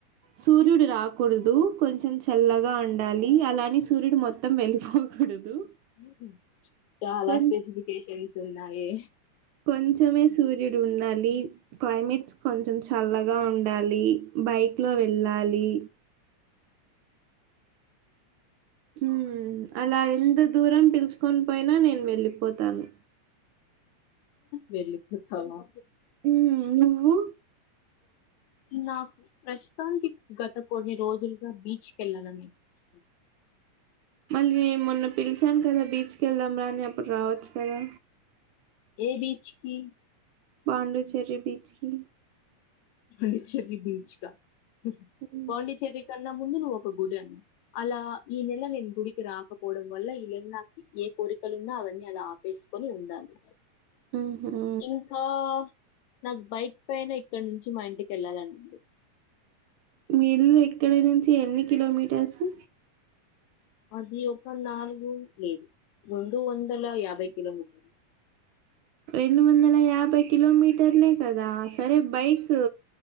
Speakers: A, on the right; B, on the left.
A: సూర్యుడు రాకూడదు
B: ఇష్టమా
A: కొంచెం చ్ చల్లగా ఉండాలి అలాని సూర్యుడు మొత్తం వెళ్ళిపోకూడదు.
B: ఉహు చాలా
A: కొ
B: స్పెసిఫికేషన్స్ ఉన్నాయే
A: కొంచమే సూర్యుడు ఉండాలి, క్లైమేట్స్ కొంచెం చల్లగా ఉండాలి. బైక్లో వెళ్ళాలి ఉ అలా ఎంత దూరం పిల్చుకొని పోయినా నేను వెళ్ళిపోతాను.
B: వెళ్ళిపోతావా
A: ఉ నువ్వు
B: నాకు ప్రస్తుతానికి గత కొన్ని రోజులుగా బీచ్కి వెళ్ళాలని అనిపిస్తంది.
A: మళ్ళీ నేన్ మొన్న పిలిచాను కదా బీచ్కి వెళ్దాం రా అని అప్పుడు రావచ్చు కదా.
B: ఏ బీచ్ కి
A: పాండుచేరి బీచ్ కి
B: పాండిచ్చేరి బీచ్ కా ఉహు
A: హ్మ్.
B: పాండిచేరి కన్నా ముందు నువ్వు ఒక గుడి అన్నావ్ అలా ఈ నెల నేను గుడికి రాకపోవడం వల్ల ఈ ఎన్నాకి ఏ కోరిక్ కులున్నా అవన్నీ అలా ఆపేసుకొని ఉండాలి.
A: హుహు.
B: ఇంకా నాక్ బైక్ పైన ఇక్కడ నుంచ్ చి మా ఇంటికి వెళ్ళలని ఉంది
A: మీ ఇల్లు ఇక్కడ నుంచి ఎన్ని కిలోమీటర్సు
B: అది ఒక నాలుగు లేదు రెండు వందల యాభై కిలోమీటర్లు.
A: రెండు వందల యాభై కిలోమీటర్లే కదా సరే బైకు